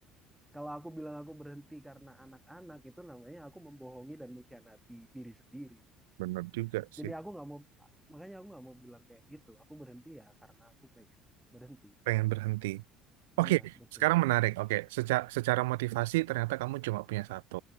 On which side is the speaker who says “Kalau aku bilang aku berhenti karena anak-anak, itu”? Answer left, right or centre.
Centre